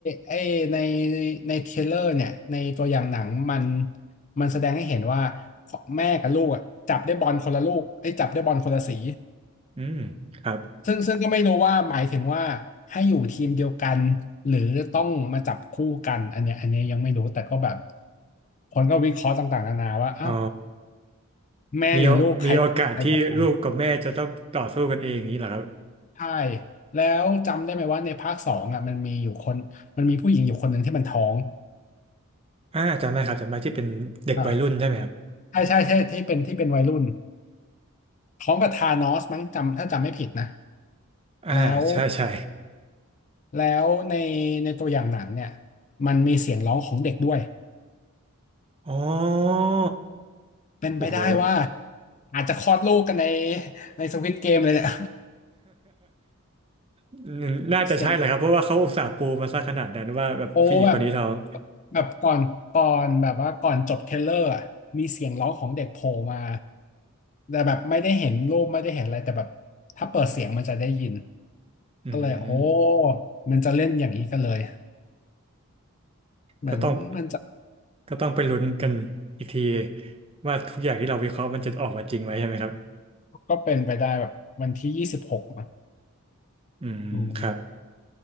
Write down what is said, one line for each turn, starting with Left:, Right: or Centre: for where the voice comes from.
Left: ไอในในเทรลเลอร์เนี่ยในตัวอย่างหนังมันมันแสดงให้เห็นว่าแม่กับลูกอะจับได้บอลคนละลูกได้ยจับได้บอลคนละสี
Right: <laughs> อืมครับ
Left: ซึ่งซึ่งก็ไม่รู้ว่าหมายถึงว่าให้อยู่ทีมเดียวกันหรือต้องมาจับคู่กันอันเนี้ยอันเนี้ยยังไม่รู้แต่ก็แบบคนก็วิเคราะห์ต่างๆนานาว่าเอ้า
Right: อ๋อ
Left: แม่หรือลูกใครจะใครจะไป
Right: มีโอมีโอกาสที่ลูกกับแม่จะต้องต่อสู้กันเองอย่างนี้เหรอครับ
Left: ใช่แล้วจำได้ไหมว่าในภาคสองอ่ะมันมีอยู่คนมันมีผู้หญิงอยู่คนหนึ่งที่มันท้อง
Right: อ่าจำได้ครับจำได้ที่เป็นเด็กวัยรุ่นใช่ไหมครับ
Left: อ่า ใช่ใช่ใช่ที่เป็นที่เป็นวัยรุ่นพร้อมกับธานอสมั้งจำถ้าจำไม่ผิดนะ
Right: อ่าใช่ใช่
Left: แล้วแล้วในในตัวอย่างหนังเนี่ยมันมีเสียงร้องของเด็กด้วย
Right: อ๋อ
Left: เป็นไปได้ว่า
Right: โอ้โห
Left: อาจจะคลอดลูกกันในในสควิดเกมเลยเนี่ย
Right: <laughs>
Left: <laughs>
Right: น่าจะใช่แหละครับเพราะว่าเขาอุตส่าห์ปูมาซะขนาดนั้นว่าแบบผู้หญิงคนนี้ท้อง
Left: เสียงโอ้แบบแบบก่อนก่อนแบบว่าก่อนจบเทรลเลอร์อะมีเสียงร้องของเด็กโผล่มาแต่แบบไม่ได้เห็นรูปไม่ได้เห็นอะไรแต่แบบถ้าเปิดเสียงมันจะได้ยิน
Right: อืม
Left: ก็เลยโอ้มันจะเล่นอย่างนี้กันเลยเหมือนมันจะ
Right: ก็ต้อง ก็ต้องไปลุ้นกันอีกทีว่าทุกอย่างที่เราวิเคราะห์มันจะออกมาจริงไหมใช่ไหมครับ
Left: ก็เป็นไปได้แบบวันที่ยี่สิบหกมั้ง
Right: อืมครับ
Left: อืม